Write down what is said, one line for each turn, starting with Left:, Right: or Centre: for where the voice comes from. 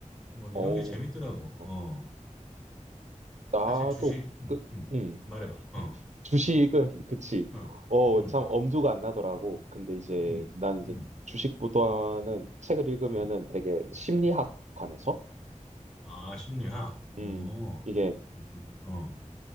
Centre: 뭐 이런
Right: 어,
Centre: 게 재밌더라고.
Right: 어,
Centre: 어,
Right: 어. 나도,
Centre: 사실 주식, 음,
Right: 그,
Centre: 음,
Right: 음.
Centre: 말해봐. 어,
Right: 주식은 <laughs> 그치.
Centre: 어,
Right: 어,
Centre: 음,
Right: 참 엄두가 안 나더라고. 근데 이제
Centre: 음,
Right: 난 이제
Centre: 음,
Right: 주식보다는 책을 읽으면은
Centre: 음,
Right: 되게
Centre: 음.
Right: 심리학 관해서
Centre: 아, 심리학. 어,
Right: 음, 이게
Centre: 그렇군. 어.